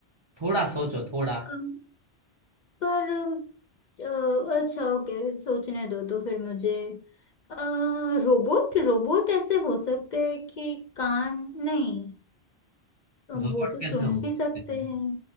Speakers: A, on the right (about 40°); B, on the left (about 55°).
A: थोड़ा सोचो थोड़ा
B: अम, पर अ, अच्छा ओके सोचने दो तो फिर मुझे अ, रोबोट रोबोट ऐसे हो सकते हैं कि कान नहीं
A: रोबोट
B: वो तो
A: कैसे
B: सुन
A: हो
B: भी
A: सकते
B: सकते
A: हैं
B: हैं